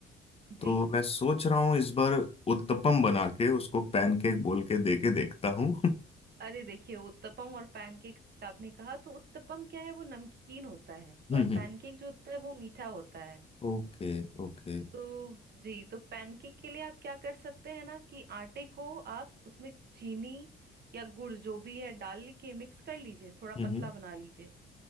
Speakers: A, on the left; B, on the right.
A: तो
B: जी
A: मैं सोच रहा हूँ इस बार उत्तपम बना के उसको पैनकेक बोल के दे के देखता हूँ
B: अरे देखिए उत्तपम और पैनकेक आपने कहा तो उत्तपम क्या है वो नमकीन होता है
A: <laughs>
B: और पैनकेक जो होता है वो मीठा होता है
A: ओके ओके
B: तो जी तो पैनकेक के लिए आप क्या कर सकते हैं ना कि आटे को आप उसमें चीनी या गुड़ जो भी है डाल के मिक्स कर लीजिए थोड़ा
A: हम्म
B: पतला बना लीजिए